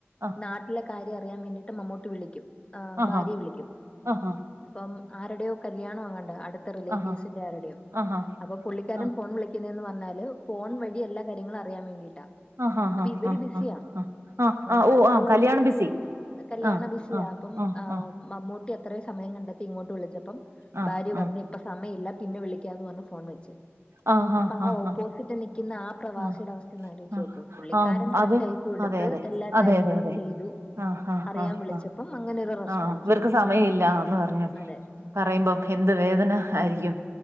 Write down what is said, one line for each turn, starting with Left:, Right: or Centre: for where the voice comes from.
Right: ആഹ്
Left: നാട്ടിലെ കാര്യം അറിയാൻ വേണ്ടിയിട്ട് മമ്മുട്ടി വിളിക്കും. ആ
Right: ആഹ്
Left: ഭാര്യയെ വിളിക്കും.
Right: ആഹ്
Left: അപ്പം ആരുടെയോ കല്യായണം. അങ്ങണ്ട അടുത്ത റിലേറ്റീവിസിന്റെ
Right: ആഹ്
Left: ആരുടെ
Right: ആഹ്
Left: അപ്പൊ പുള്ളിക്കാരൻ
Right: ആഹ്
Left: ഫോൺ വിളിക്കുന്നന്ന് പറഞ്ഞാല്. ഫോൺ വഴി എല്ല കാര്യങ്ങളും അറിയൻ വേണ്ടിട്ട്.
Right: ആഹ് ആഹ് ആഹ് ആഹ്
Left: അപ്പൊ ഇവര്
Right: ആഹ്
Left: ബിസിയാ
Right: ആഹ് ആഹ് ആഹ് ആഹ്
Left: നാട്ടിലുള്ളവര്
Right: ഓ ആഹ് കല്യാണം
Left: ബിസിയ.
Right: ബിസി
Left: കല്യാണ
Right: ആഹ്
Left: ബിസിയാ
Right: ആഹ്
Left: അപ്പം
Right: ആഹ്
Left: ആ
Right: ആഹ്
Left: മമ്മൂട്ടി അത്രയും സമയം കണ്ടെത്തി ഇങ്ങോട്ട് വിളിച്ചപ്പം
Right: ആഹ്
Left: ഭാര്യ പറഞ്ഞു.
Right: ആഹ്
Left: ഇപ്പൊ സമയം ഇല്ല. പിന്നെ വിളിക്കാന്ന് പറഞ്ഞു ഫോൺ വെച്ച്.
Right: ആഹ്
Left: അപ്പൊ
Right: ആഹ്
Left: ആ
Right: ആഹ്
Left: ഓപ്പോസിറ്റ് നിക്കുന്ന ആ പ്രവാസിയുടെ
Right: ആഹ്
Left: അവസ്ഥ ഒന്ന് ആലോചിച്ച്
Right: ആ
Left: നോക്ക് പുള്ളിക്കാരൻ
Right: ആം
Left: കാശ്
Right: അത്
Left: അയച്ചു കൊടുത്ത്
Right: അതെ അതെ
Left: എല്ലാ
Right: അതെ
Left: കാര്യങ്ങളും
Right: അതെ അതെ.
Left: ചെയ്തു
Right: ആഹ് ആഹ്
Left: അറിയാൻ
Right: ആഹ
Left: വിളിച്ചപ്പം
Right: ആ
Left: അങ്ങനെ ഒരു റെസ്പോൺസ്
Right: ആഹ ഇവർക്ക് സമയ ഇല്ലന്ന് പറഞ്ഞു.
Left: അതെ
Right: പറയുമ്പോ എന്ത് വേദന ആയിരിക്കും.